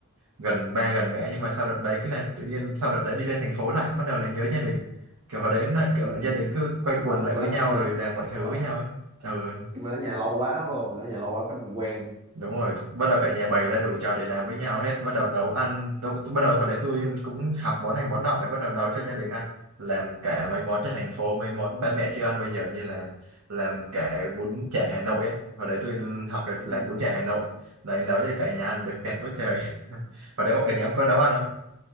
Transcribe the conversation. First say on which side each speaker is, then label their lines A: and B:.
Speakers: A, on the right (about 80°); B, on the right (about 20°).
A: gần ba gần mẹ nhưng mà sau đợt đấy cái là tự nhiên sau đợt đấy đi lên thành phố lại bắt đầu là nhớ gia đình kiểu hồi đấy là kiểu
B: ừ.
A: gia đình cứ quay
B: nhưng
A: quần
B: mà
A: lại
B: mình
A: với
B: đã,
A: nhau
B: mình
A: rồi làm mọi thứ
B: đúng rồi
A: với nhau ấy ừ
B: cái mình ở nhà lâu quá vô mình ở nhà lâu quá cái mình quen
A: đúng rồi bắt đầu cả nhà
B: Ờ,
A: bày ra đủ trò để làm với nhau hết bắt đầu nấu ăn tôi, tôi- bắt đầu hồi đấy tôi cũng học món này món nọ để bắt đầu nấu cho gia đình ăn làm cả mấy món trên thành phố mấy món ba mẹ chưa ăn bây giờ như là làm cả bún chả Hà Nội á hồi đấy tôi học được
B: ừ.
A: làm bún chả Hà Nội đấy nấu cho cả nhà ăn được khen quá trời <laughs> hồi đấy ở nhà em có nấu ăn không